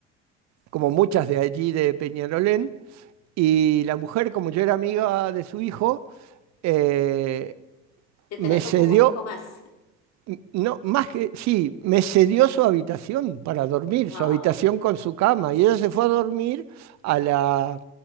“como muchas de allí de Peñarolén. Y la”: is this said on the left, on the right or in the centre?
Right